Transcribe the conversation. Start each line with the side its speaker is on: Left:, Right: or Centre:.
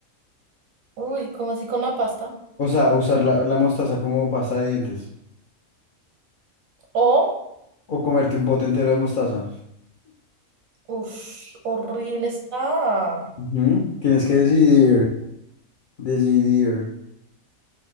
Right: uy, ¿cómo así con la pasta?
Left: O sea, usar la, la mostaza como pasta de dientes.
Right: O,
Left: O comerte un pote entero de mostaza.
Right: uff, horrible está.
Left: Ujú. Tienes que decidir, decidir.